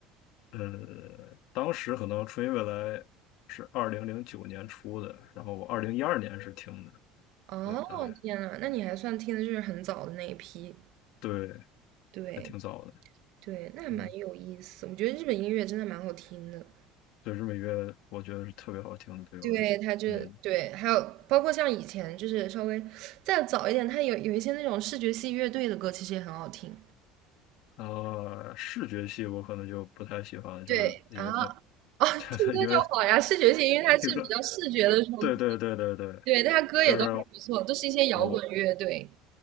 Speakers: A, on the left; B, on the right.
A: 呃，当时可能初音未来是二零零九年出的，然后我二零一二年是听的，
B: 哦，
A: 对，大概
B: 天呐，那你还算听的就是很早的那一批，
A: 对，
B: 对
A: 还挺早的，
B: 对，那还蛮有意思。
A: 嗯。
B: 我觉得日本音乐真的蛮好听的，
A: 对，日美乐我觉得是特别好听的，对我来说，
B: 对，它就对，
A: 嗯，
B: 还有包括像以前就是稍微再早一点，它有有一些那种视觉系乐队的歌，其实也很好听。
A: 啊、视觉系我可能就不太喜欢，
B: 对啊，
A: 就是因为它，
B: 哦，
A: <laughs>
B: 听歌就好呀。
A: 因为
B: 视觉系，因为它是比较视觉的冲击，
A: 这个，对对对对对，
B: 对，它歌也都还不错，
A: 就是
B: 都是一些摇滚乐队。
A: 我